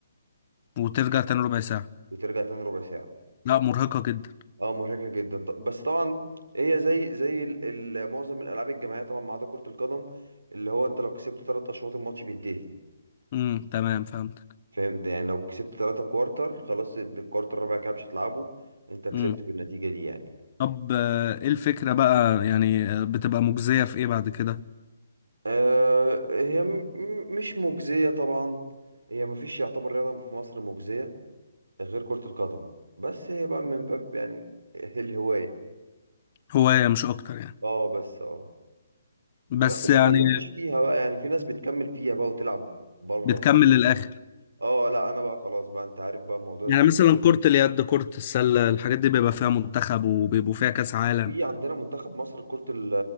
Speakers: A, on the left (about 40°); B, on the right (about 85°).
A: وترجع تاني ربع ساعه
B: وترجع تاني ربع ساعة
A: لا مرهقه جدا
B: اه مرهقة جدا ط- بس طبعا هي زي زي ال- ال- معظم الألعاب الجماعية طبعا ما عدا كرة القدم اللي هو انت لو كسبت تلات أشواط الماتش بينتهي
A: امم تمام فهمتك
B: فاهم يعني لو كسبت تلاتة كوارتر خلاص انت الكوارتر الرابع كده مش هتلعبه انت كسبت
A: امم
B: بالنتيجة دي يعني
A: طب آه، ايه الفكره بقى يعني آه، بتبقى مجزيه في ايه بعد كده
B: آه هي م- م- مش مجزية طبعا هي مفيش يعتبر رياضة في مصر مجزية غير كرة القدم بس هي بقى من باب يعني الهواية
A: هوايه مش اكتر يعني
B: اه بس اه
A: بس
B: بس ما
A: يعني
B: كملتش فيها بقى يعني في ناس بتكمل فيها بقى وتلعب بره
A: بتكمل
B: وكده
A: للاخر
B: اه لا انا بقى خلاص بقى انت عارف بقى موضوع
A: يعني
B: ال...
A: مثلا كرة اليد كرة السلة الحاجات دي بيبقى فيها منتخب وبيبقوا فيها كأس عالم
B: في عندنا منتخب مصر لكرة ال...